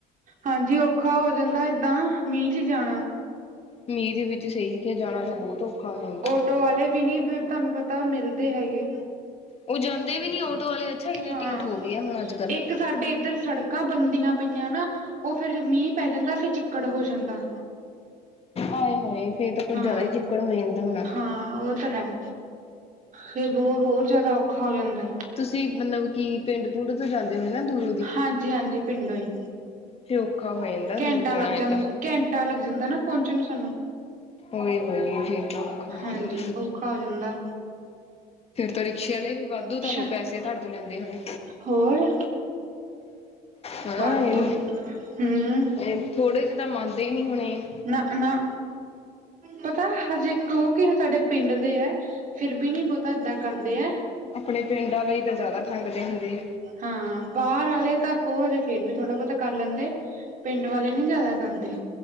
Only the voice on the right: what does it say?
ਹਾਂਜੀ ਔਖਾ ਹੋ ਜਾਂਦਾ ਏਦਾਂ ਮੀਂਹ ਚ ਜਾਣਾ
ਆਟੋ ਵਾਲੇ ਵੀ ਨੀ ਤੁਆਨੂੰ ਪਤਾ ਮਿਲਦੇ ਹੈਗੇ
ਹਾਂ
ਇੱਕ ਸਾਡੇ ਇੱਧਰ ਸੜਕਾਂ ਬਣਦੀਆਂ ਪਈਆਂ ਨਾ, ਉਹ ਫੇਰ ਮੀਂਹ ਪੈ ਜਾਂਦਾ ਫੇਰ ਚਿੱਕੜ ਹੋ ਜਾਂਦਾ
ਹਾਂ
ਹਾਂ ਉਹ ਤਾਂ ਹੈ ਫੇਰ ਬਹੁ ਹੋਰ ਜ਼ਿਆਦਾ ਔਖਾ ਹੋ ਜਾਂਦਾ
ਹਾਂਜੀ ਹਾਂਜੀ ਪਿੰਡੋਂ ਈ
ਘੰਟਾ
ਲੱਗ
ਜਾ- ਘੰਟਾ ਲੱਗ ਜਾਂਦਾ ਨਾ ਪਹੁੰਚਣ ਨੂੰ ਸਾਨੂੰ
ਹਾਂਜੀ
ਔਖਾ ਹੋ ਜਾਂਦਾ
ਅੱਛਾ,
ਹੋਰ
ਵਧੂ
ਹਮ।
ਨਾ ਪਨਾ, ਪਤਾ ਹਜੇ ਇੱਕ ਉਹ ਕੀ ਸਾਡੇ ਪਿੰਡ ਦੇ ਐ ਫਿਰ ਬੀ ਨੀ ਬਹੁਤਾ ਏਦਾਂ ਕਰਦੇ ਐ
ਹਾਂ ਬਾਹਰ ਆਵੇ ਤਾਂ ਕਹੋ, ਹਜੇ ਫੇਰ ਥੋੜ੍ਹਾ ਬਹੁਤਾ ਕਰ ਲੈਂਦੇ ਪਿੰਡ ਵਾਲੇ ਨੀ ਜਿਆਦਾ ਕਰਦੇ